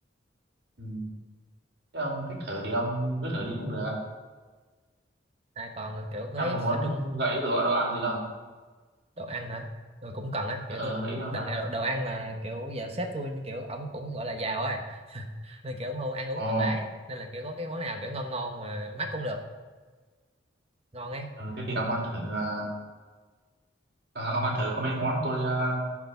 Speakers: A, on the right; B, on the right.
A: ừ. Thế ông thích thử thì ông cứ thử đi cũng được
B: à, còn kiểu tôi
A: Em
B: thấy
A: có muốn
B: ở trong
A: gãy đồ, đồ ăn gì không?
B: đồ ăn hả ừ, cũng cần á
A: Ờ,
B: kiểu tôi
A: gãy không
B: đừng
A: phải là...
B: đồ ăn mà kiểu giờ sếp tôi kiểu ổng cũng gọi là giàu á nên kiểu ông Hu ăn uống
A: Ồ,
B: thoải mái nên là kiểu có cái món nào kiểu ngon ngon mà mắc cũng được ngon ấy
A: ờ, thế thì ông ăn thử... à, à, ông ăn thử có mấy món tôi... à,